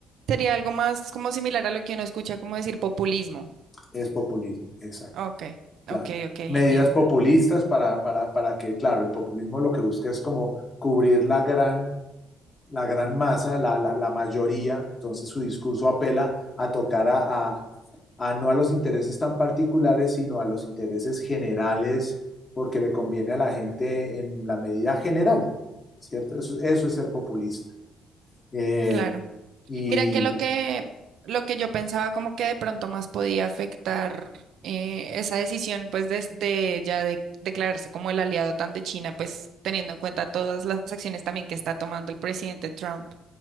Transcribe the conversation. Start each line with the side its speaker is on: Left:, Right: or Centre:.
Right: Sería algo más como similar a lo que uno escucha, como decir populismo.
Left: Es populismo, exacto,
Right: Ok,
Left: claro.
Right: ok, ok, entiendo.
Left: Medidas populistas para, para, para que, claro, el populismo lo que busca es como cubrir la gran, la gran masa, la, la, la mayoría, entonces su discurso apela a tocar a, a, a no a los intereses tan particulares, sino a los intereses generales, porque le conviene a la gente en la medida general, ¿cierto? Eso, eso es ser populista. Eh,
Right: Claro.
Left: y
Right: Mira que lo que, lo que yo pensaba como que de pronto más podía afectar eh, esa decisión, pues de, de ya de declararse como el aliado tan de China, pues teniendo en cuenta todas las acciones también que está tomando el presidente Trump.